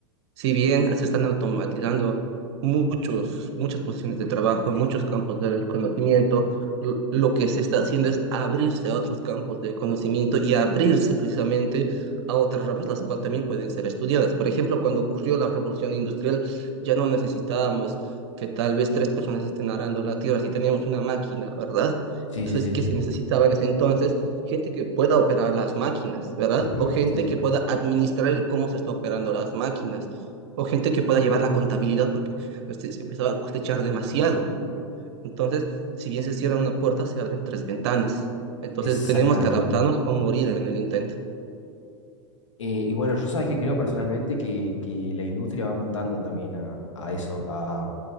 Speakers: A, on the right; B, on the left.
A: Si bien se están automatizando muchos, muchas posiciones de trabajo, muchos campos del conocimiento, lo lo que se está haciendo es abrirse a otros campos de conocimiento y abrirse precisamente a otras ramas, las cuales también pueden ser estudiadas. Por ejemplo, cuando ocurrió la revolución industrial, ya no necesitábamos que tal vez tres personas estén arando la tierra, si teníamos una máquina, ¿verdad?
B: Sí,
A: Entonces,
B: sí, sí.
A: que se necesitaba en ese entonces gente que pueda operar las máquinas, ¿verdad?
B: Ujú,
A: O gente
B: sí,
A: que pueda administrar el cómo se está operando las máquinas o gente que pueda llevar la contabilidad porque este, se empezaba a cosechar demasiado. Entonces, si bien se cierra una puerta, se abren tres ventanas. Entonces,
B: exactamente.
A: tenemos que adaptarnos o morir en el intento.
B: Eh, y bueno, yo sabes que creo personalmente que, que la industria va mutando también a, a eso, a,